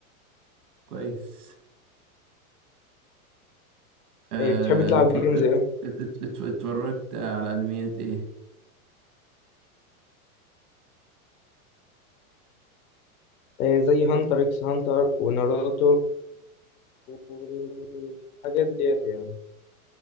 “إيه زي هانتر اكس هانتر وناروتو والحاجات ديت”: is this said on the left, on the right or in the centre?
Left